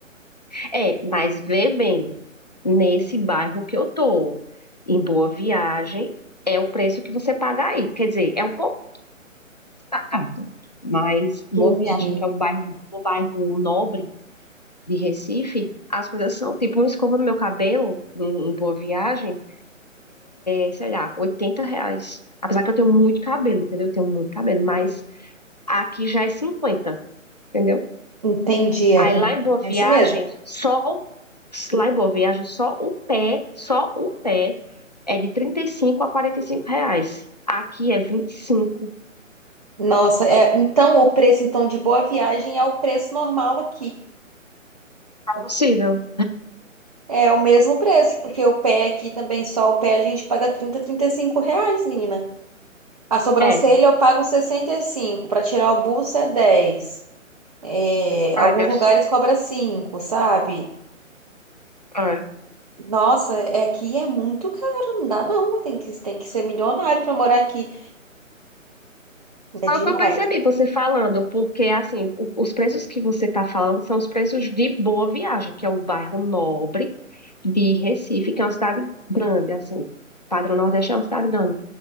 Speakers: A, on the left; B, on the right.
A: É, mas vê bem, nesse bairro que eu tô, em Boa Viagem, é o preço que você paga aí. Quer dizer, é um pouco barato, mas Boa
B: Entendi,
A: Viagem, que é um bairro, um bairro nobre de Recife, as coisas são, tipo, uma escova no meu cabelo, em em Boa Viagem, é, sei lá, 80 reais. Apesar que eu tenho muito cabelo, entendeu? Eu tenho muito cabelo, mas Aqui já é 50, entendeu?
B: entendi, é,
A: Aí
B: tem
A: lá
B: uma
A: em Boa
B: diferença
A: Viagem,
B: mesmo.
A: só lá em Boa Viagem, só o pé, só o pé é de 35 a 45 reais. Aqui é 25.
B: Nossa, é, então o preço então de boa viagem é o preço normal aqui.
A: Tá possível?
B: É o mesmo preço, porque o pé aqui também, só o pé a gente paga trinta, trinta e cinco reais, menina. A sobrancelha
A: É.
B: eu pago sessenta e cinco para tirar o buço é 10. É, alguns
A: É, deve
B: lugares
A: ser.
B: cobra 5, sabe?
A: É.
B: Nossa, é aqui é muito caro, não dá não, tem que, tem que ser milionário para morar aqui.
A: Só
B: É demais.
A: o que eu percebi você falando, porque assim, o- os preços que você está falando são os preços de Boa Viagem, que é o bairro nobre de Recife, que é uma cidade grande, assim. Padrão Nordeste é uma cidade grande.